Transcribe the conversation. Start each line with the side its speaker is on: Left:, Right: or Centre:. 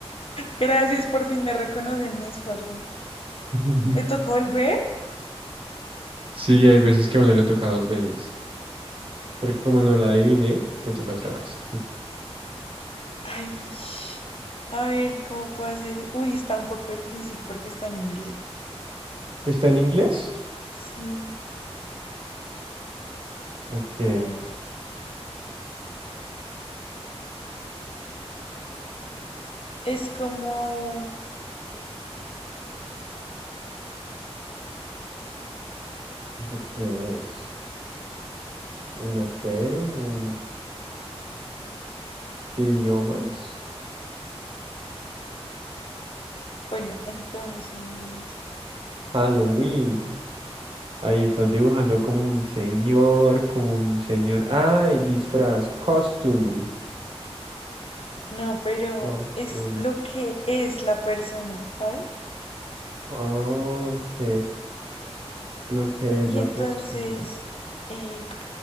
Left: gracias, por fin me reconocen mi esfuerzo.
Right: bien.
Left: ¿Me
Right: <laughs>
Left: tocó volver?
Right: Sí, hay veces que a uno le toca dos veces, porque como no la adiviné, te toca otra vez.
Left: Ay, a ver, ¿cómo puedo hacer? Uy, está un poco difícil porque está en inglés.
Right: ¿Está en inglés?
Left: Sí,
Right: Ok,
Left: a ver. Es como,
Right: ¿eso qué es? ¿Un hotel? ¿Un idiomas?
Left: bueno, entonces,
Right: Halloween. Ahí estás dibujando como un señor, como un señor. Ay, disfraz, costume.
Left: no, pero
Right: Costume.
Left: es lo que es la persona, ¿sabes?
Right: Ok, lo que es
Left: Y
Right: la
Left: entonces
Right: persona.
Left: eh,